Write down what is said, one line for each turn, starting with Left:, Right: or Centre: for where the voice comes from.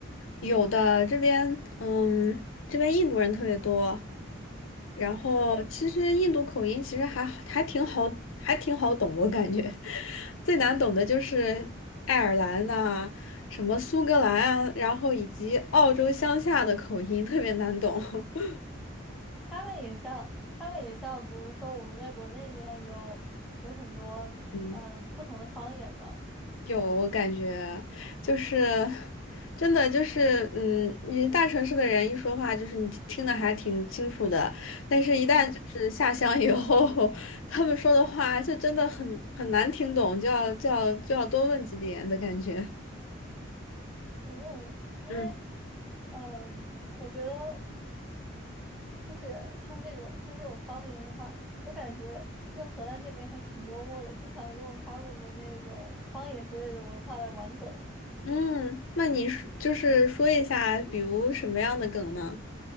Left: 有的这边，嗯，这边印度人特别多，然后其实印度口音其实还好还挺好，
Centre: 嗯，
Left: 还挺好懂，我感觉 <laughs> 最难懂的就是爱尔兰呐、什么苏格兰啊，然后以及澳洲乡下的口音特别难懂。<laughs>
Centre: 他们也像，他们也像，比如说我们在国内那样有有很多嗯、
Left: 嗯。
Centre: 不同的方言嘛。
Left: 有，我感觉就是真的就是，嗯，你大城市的人一说话，就是你听的还挺清楚的，但是一旦就是下乡以后，
Centre: 嗯
Left: <laughs> 他们说的话就真的很很难听懂，就要就要就要多问几遍的感觉。
Centre: 嗯，因为
Left: 嗯
Centre: 嗯，我觉得。就是像这种像这种方言的话，我感觉就荷兰这边还挺幽默的，经常用他们的那种方言之类的文化来玩梗。
Left: 嗯，那你说就是说一下，比如什么样的梗呢？